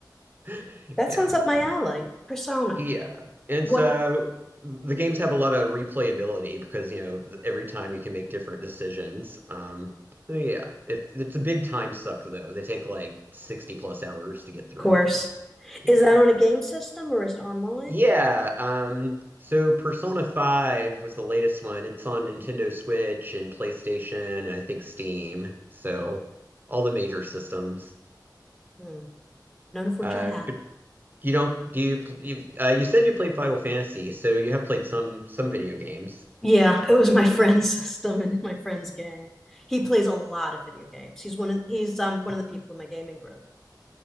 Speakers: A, on the right; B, in the centre.
A: <laughs>
B: That
A: Yeah.
B: sounds up my alley. Persona.
A: Yeah. And
B: What
A: so the games have a lot of replayability because, you know, th- every time you can make different decisions. Um, so yeah. If it's a big time suck though. They take like 60 plus hours to get through.
B: course?
A: Yeah.
B: Is that on a game system or is it online?
A: Yeah, um, so Persona 5 was the latest one. It's on Nintendo Switch and PlayStation and I think Steam. So all the major systems.
B: Hmm. None of which
A: Uh,
B: I have.
A: but you don't do you pl- you've, uh, you said you played Final Fantasy, so you have played some some video games.
B: Yeah, it was my <laughs> friend's system and my friend's game. He plays a lot of video games. He's one of he's um one of the people in my gaming group.